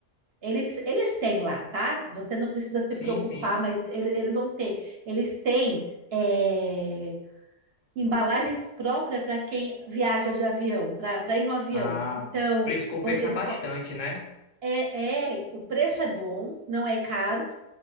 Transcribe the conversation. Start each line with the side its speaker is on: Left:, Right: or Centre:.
Right: Eles, eles têm lá, tá? Você não precisa se
Left: sim,
Right: preocupar,
Left: sim.
Right: mas ele- eles vão ter. Eles têm é, embalagens próprias para quem viaja de avião, para para ir no avião.
Left: Ah,
Right: Então,
Left: preço compensa
Right: vo- eles
Left: bastante,
Right: co-
Left: né?
Right: é, é, o preço é bom, não é caro.